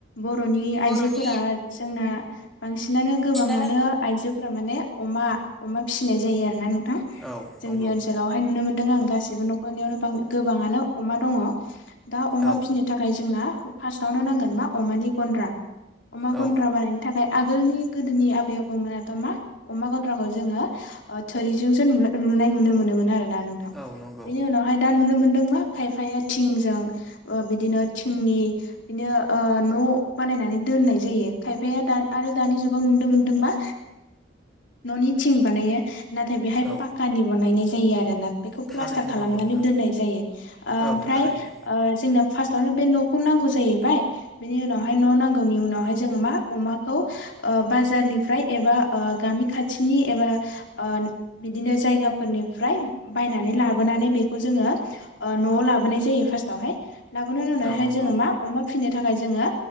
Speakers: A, on the left; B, in the centre.
A: बर'नि
B: बर'नि
A: आइजोफोरा जोंना बांसिनानो
B: बांसिनानो
A: गोबाङानो आइजो <unintelligible> माने अमा -अमा फिसिनाय जायो आरोना <unintelligible>
B: औ
A: <unintelligible> जोंनि
B: नंगौ
A: ओनसोलावहाय नुनो <unintelligible> नों आं गासिबो नख'रनियावनो <unintelligible> गोबाङानो अमा दङ। दा अमा
B: औ
A: फिसिनो थाखाय जोंना फार्स्टआवनो नांगोन मा अमानि गन्द्रा। अमा
B: औ
A: गन्द्रा बानायनो थाखाय आगोलनि गोदोनि आबै -आबौमोनाथ' मा अमा गन्द्राखौ जोङो ओ थोरिजोंसो लुनाय ओ लुनाय नुनो मोनोमोन आरो। <unintelligible> नोंथां
B: औ नंगौ
A: बेनि उनावहायानो दा नुनो दों मा खायफाया थिंजों ओ बिदिनो थिंनि बिदिनो ओ न' बानायनानै दोननाय जायो खायफाया दा आरो दानि जुगाव नुनो मोनदों मा न'नि थिं बानायो नाथाय बेहाय
B: औ
A: पाकानि बानायनाय जायो आरो ना बेखौ
B: थारैनो
A: प्लास्टार खालामनानै
B: नंगौ नोंथां
A: दोननाय जायो ओ
B: औ
A: ओमफ्राय
B: थारैनो
A: ओ जोंना फार्स्टआवनो बे न'खौ नांगौ जाहैबाय बेनि उनावहाय न' नांगौनि उनावहाय जोङो मा अमाखौ ओ बाजारनिफ्राय एबा ओ गामि खाथिनि एबा ओ बिदिनो जायगाफोरनिफ्राय बायनानै लाबोनानै बेखौ जोङो ओ न'आव लाबोनाय जायो फार्स्टआवहाय लाबोनायनि उनावहाय
B: औ नंगौ
A: जोङो मा अमा फि नो थाखाय जोङो